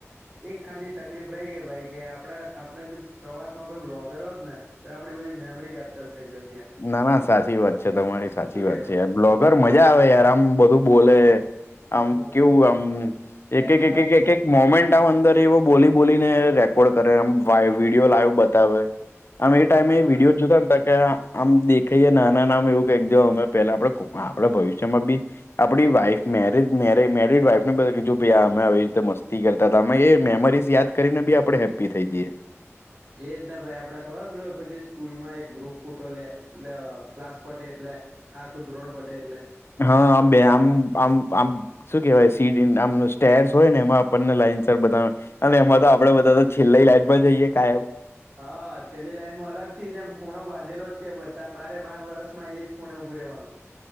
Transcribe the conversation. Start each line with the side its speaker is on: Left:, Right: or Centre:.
Right: એક ખાલી તકલીફ રહી ગઈ, ભાઈ કે આપડા આપણે જો પ્રવાસમાં કોઈ બ્લોગર હોત ને તો આપડી બધી મેમરી કેપ થઈ જયો હતી
Left: ના ના સાચી વાત છે તમારી સાચી
Right: શું
Left: વાત
Right: કેવું
Left: છે. બ્લોગર મજા આવે યાર આમ બધું બોલે આમ
Right: હા
Left: કેવું આમ
Right: હેલો
Left: એક એક
Right: ગાઈસ
Left: એક એક મોમેન્ટ આ અંદર એવો બોલી બોલીને રેકોર્ડ કરેમ વિડીયો લાઈવ બતાવે અમે એ ટાઈમે
Right: હા
Left: એ વિડીયો જોતાને હતા આમ દેખાઈએ ના એવું અમે પેલા આપડે આપડે ભવિષ્યમાં બી આપણી વાઈફ મેરી મે મેરડ વાઇફ ને બધા જો ભ અમે આવી રીતે મસ્તી કરતા હતા અમે એ મેમરીઝ યાદ કરીને બી આપણે હેપી થઈ જઈએ.
Right: એજ ના ભાઈ આપડે ખબર પેલુ પછી સ્કૂલ માં એક ગ્રુપ ફૂટો લે ક્લાસ પટે એટલે આા કોઈ ધોણ પડે એટલે.
Left: હા બે આમ આમ આમ શું કેવાય સીડીમ સ્ટેસ હોય ને એમાં આપણને લાઈનસર બધા અને એમાં તો આપડે બધા તો છેલ્લા લાઈન પર જઈએ કાયમ
Right: હા છેલ્લી લાઈનમાં અલગ થી જ એમ ખૂણો બાંધેલો જ કે બધા બારે બાર વરષ માં એ જ ખૂણે ઉભું રહેવાનું.